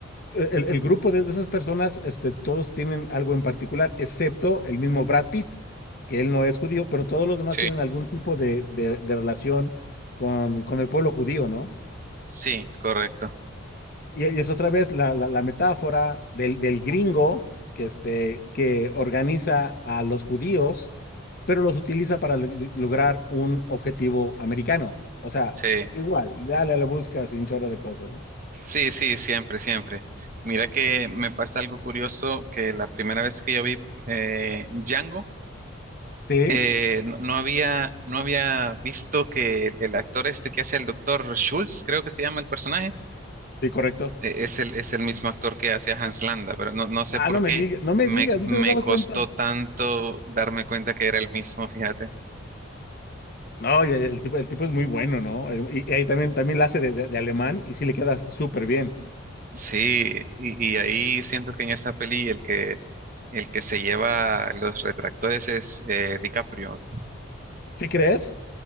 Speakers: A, on the left; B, on the right.
A: e, el, el grupo de, de esas personas, este, todos tienen algo en particular, excepto el mismo Brad Pitt, que él no es judío, pero todos los demás
B: sí,
A: tienen algún tipo de, de- de relación con, con el pueblo judío, ¿no?
B: sí, correcto,
A: Y, y es otra vez la, la- la metáfora del, del gringo que, este, que organiza a los judíos, pero los utiliza para lo- lograr un objetivo americano. O sea,
B: sí.
A: igual, dale a la busca un chorro de cosas, ¿no?
B: Sí, sí, siempre, siempre. Mira que me pasa algo curioso que la primera vez que yo vi eh, Django,
A: Sí,
B: eh, no, no había, no había visto que el, el actor este que hace el doctor Schultz, creo que se llama el personaje,
A: sí, correcto.
B: eh, es el, es el mismo actor que hace a Hans Landa, pero no, no sé
A: Ah,
B: por
A: no
B: qué
A: me digas, no me
B: me,
A: digas, no
B: me
A: te has dado
B: costó
A: cuenta.
B: tanto darme cuenta que era el mismo, fíjate.
A: No, y el, tipo, el tipo es muy bueno, ¿no? Eh, Y, y ahí también, también la hace de, de- de alemán y sí le queda súper bien.
B: Sí, y, y ahí siento que en esa peli el que, el que se lleva los retractores es eh, DiCaprio.
A: ¿Sí crees?